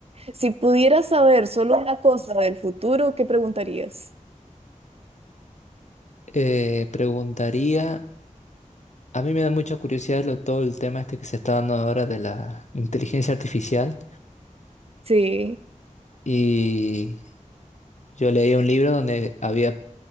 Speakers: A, on the right; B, on the left.
A: si pudieras saber solo una cosa del futuro, ¿qué preguntarías?
B: Eh, preguntaría, a mí me da mucha curiosidad lo- todo el tema este que se está dando ahora de la inteligencia artificial
A: Sí,
B: y Yo leí un libro donde había